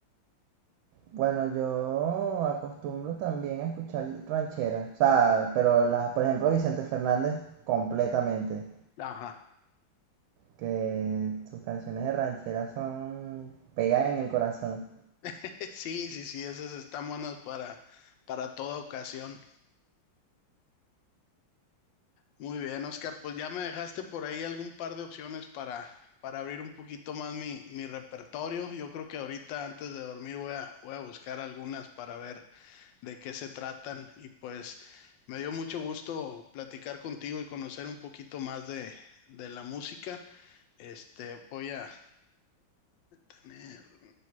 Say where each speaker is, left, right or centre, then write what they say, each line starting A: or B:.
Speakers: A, on the right; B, on the left.
A: Bueno, yo acostumbro también a escuchar rancheras, o sea, pero las, por ejemplo, Vicente Fernández completamente,
B: Ajá.
A: que sus canciones de ranchera son, pegan en el corazón.
B: <laughs> Sí, sí, sí, esas están buenas para, para toda ocasión. Muy bien, Oscar, pues ya me dejaste por ahí algún par de opciones para, para abrir un poquito más mi, mi repertorio. Yo creo que ahorita antes de dormir voy a, voy a buscar algunas para ver de qué se tratan y pues me dio mucho gusto platicar contigo y conocer un poquito más de, de la música. Este, voy a tener...